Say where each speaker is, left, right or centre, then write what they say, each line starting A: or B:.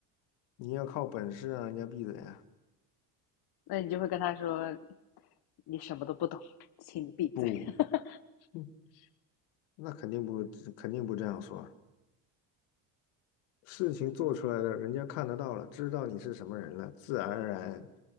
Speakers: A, on the left; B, on the left.
A: 你要靠本事啊，人家闭嘴啊，
B: 那你就会跟他说，你什么都不懂，请你闭嘴。
A: 不。
B: <laughs>
A: <laughs> 那肯定不，肯定不这样说啊。事情做出来了，人家看得到了，知道你是什么人了，自然而然，